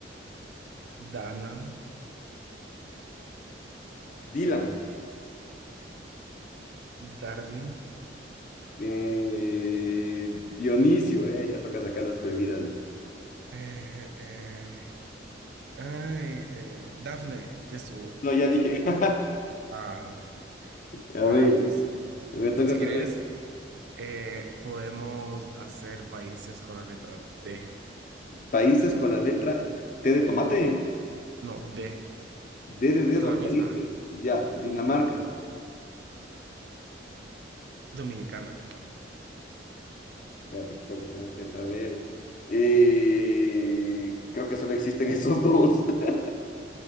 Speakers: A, on the right; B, on the left.
A: Dana,
B: Dylan,
A: Darwin,
B: eh, Dionisio, eh, ya toca sacar las prohibidas. ya.
A: eh, eh, ay, eh, Daphne, ya estuvo.
B: No, ya dije. <laughs>
A: Ah,
B: A ver,
A: ay, listo.
B: me toca
A: Si
B: otra
A: querés.
B: vez.
A: Eh, podemos hacer países con la letra D,
B: Países con la letra T de tomate,
A: no, D,
B: D de dedo,
A: con la misma,
B: países, ya, Dinamarca.
A: Dominicana.
B: Espérate, que creo que solo es esa, a ver. Eh, creo que solo existen esos dos. <laughs>